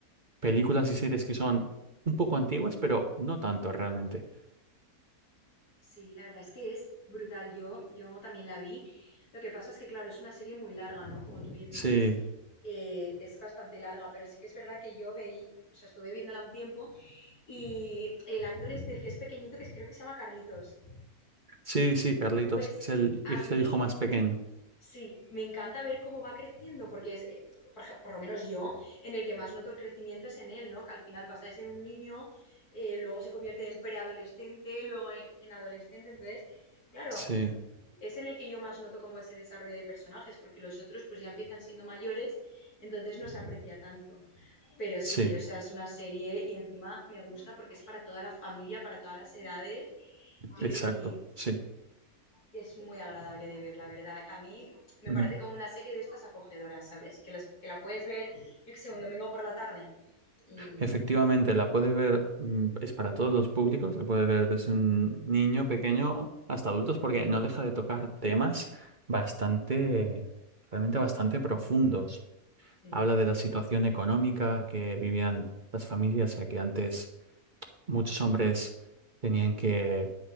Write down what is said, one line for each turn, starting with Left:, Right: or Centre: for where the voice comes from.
Right: películas y series que son un poco antiguas, pero no tanto realmente.
Left: Sí, la verdad es que es brutal. Yo, yo también la vi. Lo que pasa es que, claro, es una serie muy larga, ¿no? Como tú bien dices,
Right: Sí,
Left: eh, es bastante larga, pero sí que es verdad que yo veí, o sea, estuve viéndola un tiempo y el actor este, el que es pequeñito, que creo que se llama Carlitos,
Right: sí, sí, Carlitos,
Left: pues
Right: es el,
Left: a
Right: es
Left: mí
Right: el hijo más pequeño.
Left: sí, me encanta ver cómo va creciendo, porque es, eh, por, ej- por lo menos yo, en el que más noto el crecimiento es en él, ¿no? Que al final pasa de ser un niño, eh, luego se convierte en preadolescente, luego en en adolescente, entonces... Claro,
Right: Sí,
Left: es en el que yo más noto como ese desarrollo de personajes, porque los otros pues ya empiezan siendo mayores, entonces no se aprecia tanto. Pero sí,
Right: sí,
Left: o sea, es una serie y encima me gusta porque es para toda la familia, para todas las edades y
Right: exacto, sí.
Left: es muy agradable de ver, la verdad. A mí me
Right: Ujú.
Left: parece como una serie de estas acogedoras, ¿sabes? Que, las, que la puedes ver, yo que sé, un domingo por la tarde. Y
Right: Efectivamente, la puede ver, mm, es para todos los públicos, la puede ver desde un niño pequeño hasta adultos, porque no deja de tocar temas bastante, realmente bastante profundos.
Left: sí,
Right: Habla de la situación económica que vivían las familias, ya que antes muchos hombres tenían que